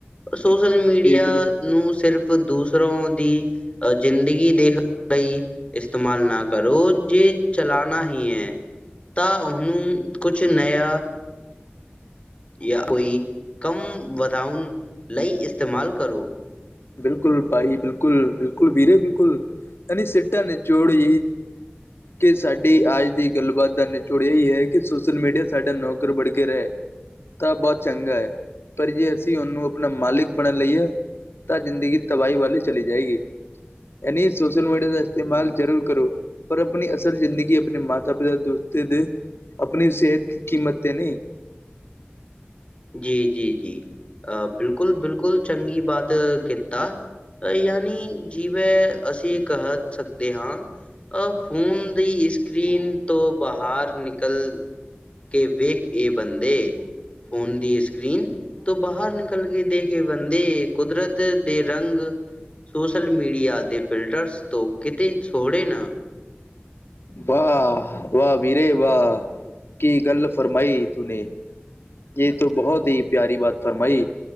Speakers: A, on the left (about 30°); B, on the left (about 85°).
A: سوشل میڈیا
B: جی بالکل
A: ن صرف صر دوسروں کی زندگی دھنے ل استعمال نہ کرو جی چلانا ہی ہے ت انوں کچھ نیا یا کوئی کم ودھان ل استعمال کرو
B: بالکل بھائی بالکل بالکل بھییرے بالکل انی سیٹا نے جوڑی کہ سی آج کی گل بات کا نچوڑ یہی ہے کہ سوشل میڈیا سڈا نوکر بڑھ کے رہے تو بہت چنگا ہے پر جی اسی اننوں اپنا مالک بنا لیے ت زندگی تباہی والی چلی جائے گی یعنی سوشل میڈیا سے استعمال ضرور کرو پر اپنی اصل زندگی اپنے ماتتا پتا دوستتے د اپنی صحت کی قیمت ت نہیں
A: جی جی جی بالکل بالکل چنگ باتتا یعنی جیو ا کہہ سکتے ہ ا فون دی اسکرین تو باہر نکل کہ وھ یہ بند فونون دی اسکرین تو باہر نکل کے دیکھے بندے قدرت د رنگ سوشل میڈیا کے فلٹرس تو کت سوڑے نہ
B: واہ واہ ویرے واہ کی گل فرمائی ت نے یہ تو بہت ہی پیاری بات فرمائی